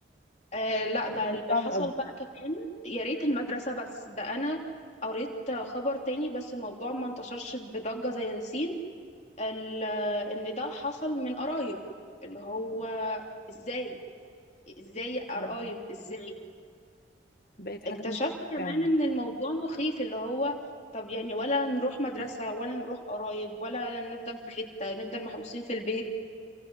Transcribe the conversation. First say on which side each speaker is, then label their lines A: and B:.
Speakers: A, on the left; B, on the left.
A: آه لا ده
B: بقت
A: اللي
B: صعبه
A: حصل
B: قوي
A: بقى كمان يا ريت المدرسة بس ده انا قريت خبر تاني بس الموضوع ما انتشرش بضجة زي ياسين ال- ان ده حصل من قرايب اللي هو ازاي ازاي يا
B: آه،
A: قرايب ازاي
B: بقت حاجه
A: اكتشفت
B: مخيفه
A: كمان
B: فعلا
A: ان الموضوع مخيف اللي هو طب يعني ولا نروح مدرسة ولا نروح قرايب ولا نفضل في حتة نفضل محبوسين في البيت